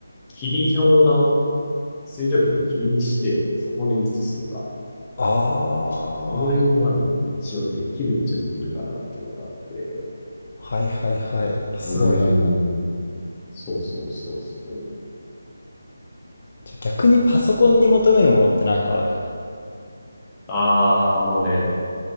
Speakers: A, on the left; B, on the left.
A: 霧状の水蒸気とか霧にして、そこに移すとか、
B: ああ、
A: そういうのはね、一応できるっちゃできるかなっていうのがあって、
B: はいはいはい。すごいアイデアだ。
A: うーん。そうそうそうそう。
B: じゃ、逆にパソコンに求めるものってなんかある
A: あのーあー、もうね、